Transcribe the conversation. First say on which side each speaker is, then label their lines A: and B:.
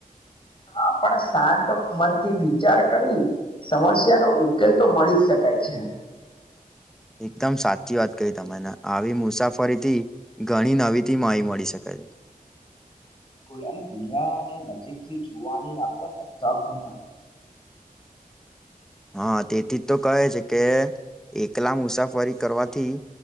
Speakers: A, on the left (about 35°); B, in the centre.
A: હા પણ શાંત મનથી વિચાર કરી સમસ્યા નો ઉકેલ તો મળી જ શકાય છે
B: <inaudible> એકદમ સાચી વાત કહી તમેને આવી મુસાફરીથી ઘણી નવી થી માહીતી મળી શકે <inaudible> <inaudible>
A: બિકુલ અને દુનિયાને નજીક થી જોવાની આપણને તક મળે છે
B: હા તેથી તો કહે છે કે એકલા મુસાફરી કરવાથી